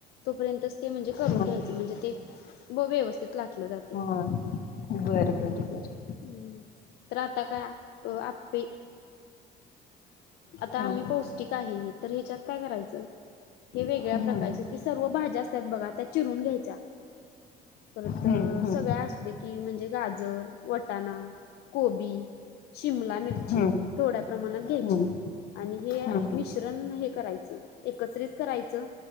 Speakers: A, on the left; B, on the left.
A: तोपर्यंतच ते म्हणजे करून
B: हा
A: घ्यायच म्हणजे ते व्यवस्थित लाटलं जातय.
B: हा
A: रिकामा ऑडिओ
B: बरं बरं बरं
A: हम् तर आता काय आपे... आता
B: हा
A: आम्ही पौष्टिक आहे तर ह्याच्यात काय करायचं? हे वेगळ्या
B: हं,
A: प्रकारचे की सर्व भाज्या असतात बघा त्यात चिरून घ्यायच्या. परत
B: हं, हं,
A: सगळ्या असू दे की म्हणजे गाजर वटाणा.. कोबी शिमला मिरची
B: हं,
A: थोड्या प्रमाणात घ्यायची.
B: हं,
A: आणि हे
B: हं, हं.
A: मिश्रण हे करायचं एकत्रित करायचं..